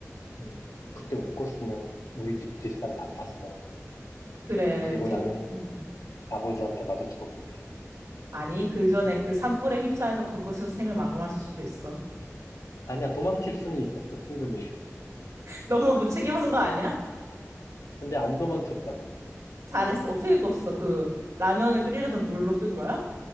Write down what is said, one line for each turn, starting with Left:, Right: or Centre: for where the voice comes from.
Left: 음. 그때 못 껐으면 우리 집 뒷산 다 탔어.
Right: 그래,
Left: 그리고
Right: 뒤,
Left: 나는
Right: 음.
Left: 아버지한테 맞아 죽었겠지.
Right: 아니, 그 전에 그 산불에 휩싸여서 거기서 생을 마감하실 수도 있어.
Left: 아니야, 도망칠 수는 있었어, 충분히.
Right: 너무 무책임한 거 아니야?
Left: <laughs> 근데 안 도망쳤잖아.
Right: 잘했어. 어떻게 껐어? 그 라면을 끓이려던 물로 끈 거야?